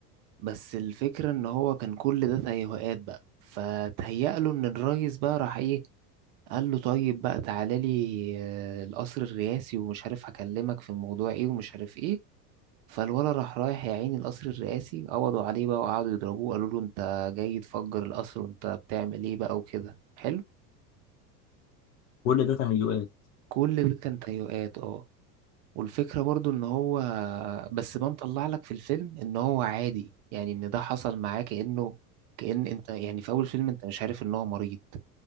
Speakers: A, on the right (about 45°); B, on the left (about 35°).
A: بس الفكرة ان هو كان كل ده تهيؤات بقى فتهيأ له ان الريس بقى راح ايه قال له طيب بقى تعالى لي آه، القصر الرئاسي ومش عارف هكلمك في الموضوع ايه ومش عارف ايه فالولا راح رايح يا عيني القصر الرئاسي قبضوا عليه بقى وقعدوا يضربوه قالوا له انت جاي تفجر القصر وانت بتعمل ايه بقى وكده حلو
B: كل ده تهيؤات
A: كل ده <laughs> كان تهيؤات اه والفكرة برضو ان هو بس بنطلع لك في الفيلم ان هو عادي يعني ان ده حصل معاه كأنه كأن انت يعني في اول فيلم انت مش عارف ان هو مريض